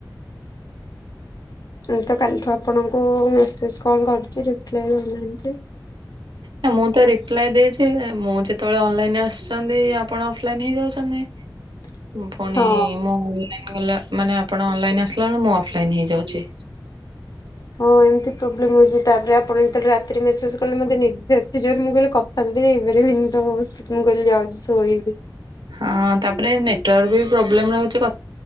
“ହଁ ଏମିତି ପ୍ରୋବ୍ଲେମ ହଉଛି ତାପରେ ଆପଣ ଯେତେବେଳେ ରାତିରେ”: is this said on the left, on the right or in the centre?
Left